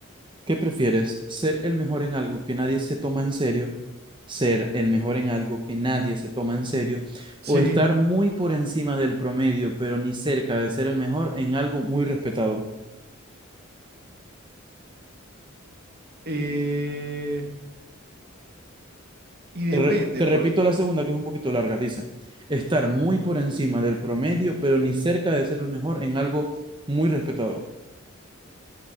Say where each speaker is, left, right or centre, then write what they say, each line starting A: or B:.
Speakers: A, on the right; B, on the right.
A: ¿Qué prefieres? ¿Ser el mejor en algo que nadie se toma en serio? ¿Ser el mejor en algo que nadie se toma en serio?
B: sí.
A: ¿O estar muy por encima del promedio, pero ni cerca de ser el mejor en algo muy respetado?
B: Eh, y depende,
A: Te re- te
B: por,
A: repito la segunda, que es un poquito larga. Dice, estar muy por encima del promedio, pero ni cerca de ser el mejor en algo muy respetado.